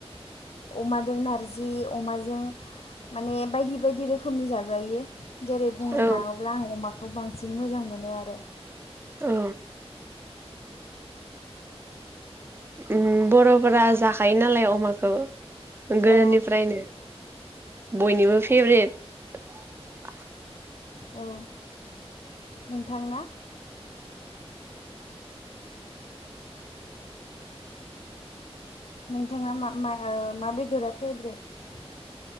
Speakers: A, on the left (about 65°); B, on the right (about 20°).
A: अमाजों नारजि अमाजों माने बायदि बायदि रोखोमनि जाजायो जेरै बुंनो
B: औ
A: थाङोब्ला आं अमाखौ बांसिन मोजां मोनो आरो
B: औ उम बर'फोरा जाखायो नालाय अमाखौ गोदोनिफ्रायनो
A: औ
B: बयनिबो फेभरेट
A: औ नोंथांना? नोंथाङा म मा बेदरा फेभरेट